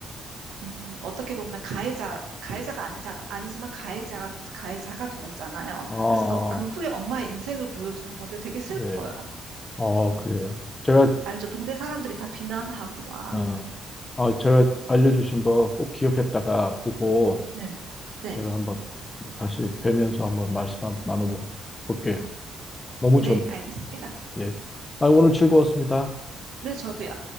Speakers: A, on the right; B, on the left.
A: 음, 어떻게 보면 가해자 가해자가 아니자 아니지만 가해자가 가해자가 되었잖아요.
B: 어,
A: 그래서 그, 그 후에 엄마의 인생을 보여주는 건데 되게 슬퍼요.
B: 네. 어,
A: 어,
B: 그래요. 제가,
A: 알죠? 동네 사람들이 다 비난하고 막
B: 어, 아,
A: 음,
B: 제가 알려주신 거 꼭 기억했다가 보고,
A: 네. 네,
B: 제가 한번 다시 뵈면서 한번 말씀 한번 나눠볼게요. 너무
A: 네,
B: 좋네.
A: 알겠습니다.
B: 예. 아, 오늘 즐거웠습니다.
A: 네, 저도요.